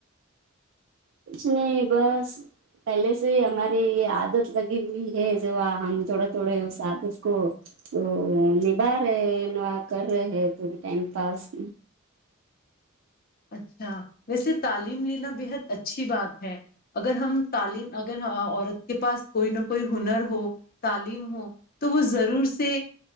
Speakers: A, on the right; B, on the left.
A: کچھ نہیں بس پہلے سے ہی ہماری یہ عادت لگی ہوئی ہے جو ہم تھوڑے تھوڑے اس عادت کو تو نبا رہے ہیں کر رہے ہیں تھوڑے ٹائم پاس
B: اچھا ویسے تعلیم لینا بےحد اچھی بات ہے اگر ہم تعلیم ا اگر عورت کے پاس کوئی نہ کوئی ہنر ہو تعلیم ہو تو وہ ضرور سے